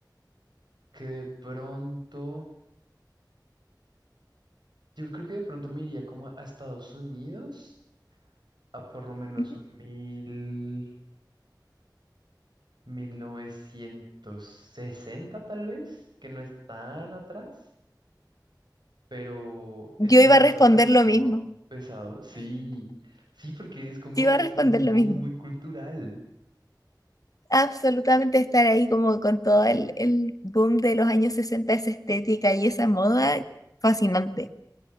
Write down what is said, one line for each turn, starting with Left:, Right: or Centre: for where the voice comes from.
Right: que de pronto, yo creo que de pronto me iría como a Estados Unidos, a por lo menos
Left: Ujú.
Right: un mil 1960 tal vez, que no es tan atrás, pero
Left: Yo
Right: es que
Left: iba
Right: ya más
Left: a responder
Right: atrás es
Left: lo
Right: como
Left: mismo.
Right: pesado. Sí, sí, porque es como,
Left: Yo iba
Right: es
Left: a responder
Right: como un
Left: lo
Right: boom
Left: mismo.
Right: muy cultural.
Left: Absolutamente estar ahí como con todo el, el boom de los años sesenta esa estética y esa moda, fascinante.